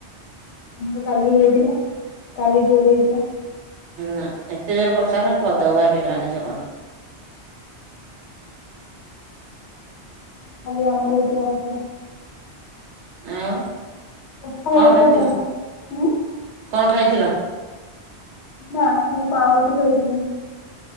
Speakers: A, on the left; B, on the right.
A: ଆମର କାଲି ହେଇଥିଲା କାଲି ଜୋରେ ହେଇଥିଲା।
B: ନା ଏତେ ଜୋର ବର୍ଷା ହେଲା ପଦାକୁ ବାହାରି ହେଲାନି ସଖାଳୁ?
A: ଖାଲି ଆମର ହେଇଥିଲା ବର୍ଷା ଟା।
B: ଆଉ
A: ବର୍ଷା ହଉ
B: କଣ
A: ଟିକେ
B: ଖାଇଥିଲ
A: ଭଲ ହୁଁ
B: କଣ ଖାଇଥିଲ?
A: ନା ମୁଁ ପାଉଠି ଖାଇଥିଲି।